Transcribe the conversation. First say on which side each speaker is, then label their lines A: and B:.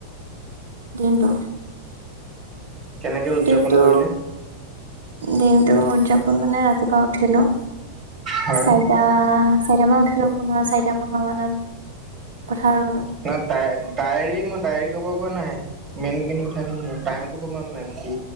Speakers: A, on the right; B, on the right.
A: দিনটো?
B: কেনেকে উদযাপন
A: দিনটো
B: কৰিলে?
A: দিনটো উদযাপন মানে ৰাতিপুৱা উঠিলো।
B: হয়।
A: চাৰিটা - চাৰিটা মান উঠিলো, পোন্ধৰ চাৰিটা পোন্ধৰ মানত পথাৰ গলো।
B: নাই ডায়ে ডায়েৰী মই ডায়েৰী কব কোৱা নাই মেইন মেইন কথাখিনি টাইমটো কব নাই। কি